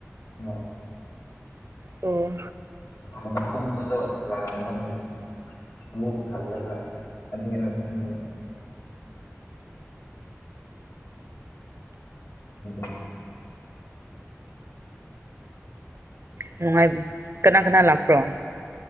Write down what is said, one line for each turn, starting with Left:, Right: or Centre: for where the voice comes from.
Left: ꯎ
Right: ꯑꯣ
Left: ꯍꯥꯟꯅ ꯀꯨꯝꯕꯗ ꯂꯥꯛꯑꯝꯒꯅꯤ ꯑꯃꯨꯛ ꯍꯜꯂꯒ ꯑꯅꯤꯔꯛꯀꯨꯝꯕ <unintelligible> <inaudible>
Right: ꯅꯨꯡꯉꯥꯏ ꯀꯅꯥ ꯀꯅꯥ ꯂꯥꯛꯄ꯭ꯔꯣ